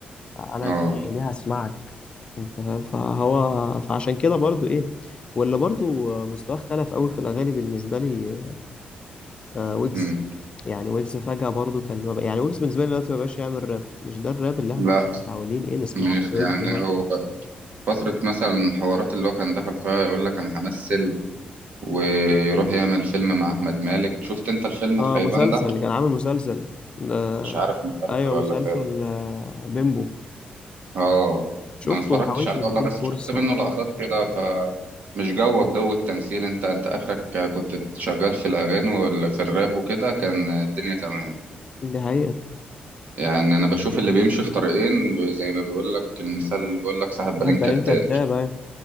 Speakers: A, on the left (about 30°); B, on the right (about 55°).
A: انا
B: اه
A: ليه ليه هسمعك انت فاهم فهو فعشان كده برضو ايه واللي برضو مستواه اختلف قوي في الاغاني بالنسبه لي آه، ويجز
B: م.
A: يعني ويجز فجأة برضو كان ما بق- يعني ويجز بالنسبة لي دلوقتي ما بقاش يعمل راب مش ده الراب اللي احنا
B: لا
A: كنا متعودين ايه نسمعه
B: م-
A: من
B: يعني
A: ويجز
B: هو فترة مثلا حوارات اللي هو كان دخل فيها يقول لك أنا همثل ويروح يعمل فيلم مع احمد مالك شفت انت الفيلم
A: اه
B: الخيبان
A: مسلسل
B: ده
A: اللي كان عامل مسلسل ده
B: مش عارف مسلسل
A: ايوه
B: ولا
A: مسلسل
B: فيلم
A: آه، بيمبو
B: اه
A: شفته
B: انا اتفرجتش
A: وحاولت
B: عليه
A: اديله
B: والله بس
A: فرصه
B: شفت منه لقطات كده فمش جوك جو التمثيل انت انت اخرك كنت شغال في الاغاني وفي الراب وكده كان الدنيا تمام
A: دي حقيقه
B: يعني انا بشوف اللي بيمشي في طريقين ب- زي ما بيقول لك المثال اللي بيقول لك صاحب
A: واحد
B: بالين كداب
A: بالين كداب ايوه